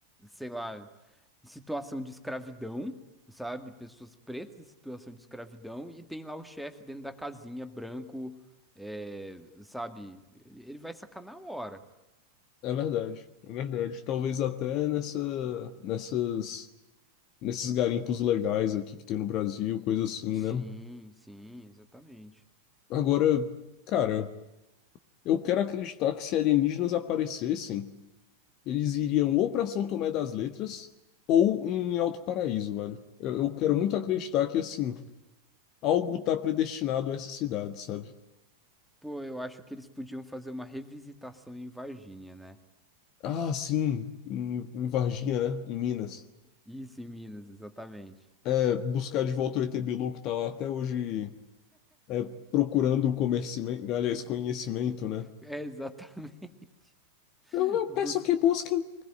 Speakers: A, in the centre; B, on the left.
A: sei lá, em situação de escravidão, sabe, pessoas pretas em situação de escravidão, e tem lá o chefe dentro da casinha, branco, é, sabe, ele vai sacanar a hora.
B: É verdade, é verdade. Talvez até nessa, nessas, nesses garimpos legais aqui que tem no Brasil, coisa assim,
A: Sim,
B: né?
A: sim, exatamente.
B: Agora, cara, eu quero acreditar que se alienígenas aparecessem, eles iriam ou para São Tomé das Letras ou em Alto Paraíso, velho. Eu, eu quero muito acreditar que, assim, algo tá predestinado a essa cidade, sabe?
A: Pô, eu acho que eles podiam fazer uma revisitação em Varginha, né?
B: Ah, sim, em, em Varginha, né? Em Minas.
A: Isso, em Minas, exatamente.
B: É, buscar de volta o ET Bilu, que tá lá até hoje é, procurando o conhecimento, aliás, conhecimento, né?
A: É, exatamente. <laughs>
B: Eu, eu
A: Bus-
B: peço que busquem